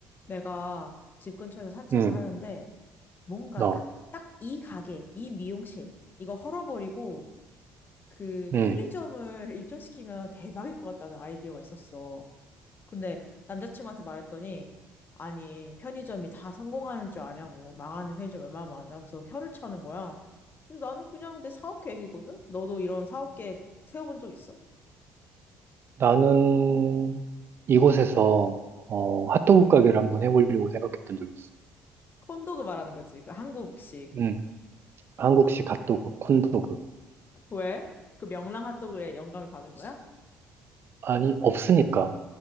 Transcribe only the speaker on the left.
내가 집 근처에서 산책을
하는데 뭔가
딱, 딱 이 가게, 이 미용실 이거 헐어버리고 그
편의점을 <laughs> 입점시키면 대박일 것 같다는 아이디어가 있었어. 근데 남자친구한테 말했더니 아니 편의점이 다 성공하는 줄 아냐고 망하는 편의점 얼마나 많은데 하면서 혀를 차는 거야. 그래서 나는 그냥 내 사업 계획이거든? 너도 이런 사업 계획 세워본 적 있어?
콘도그 말하는 거지. 그 한국식.
왜? 그 명랑 핫도그에 영감을 받은 거야?